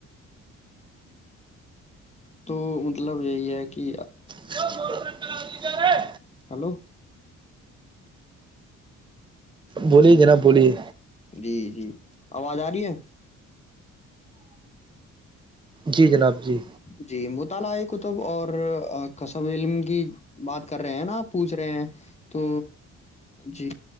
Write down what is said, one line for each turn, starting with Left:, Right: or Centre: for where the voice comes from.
Left: تو مطلب یہی ہے کہ
Right: کیا ہے جا
Left: ہیلو
Right: بولیے جناب بولیے
Left: جی جی آواز آ رہی ہے
Right: جی جناب جی
Left: جی مطالعہ ایک ک تب اور کصب علم کی بات کر رہے ہیں نا پوچھ رہے ہیں تو جی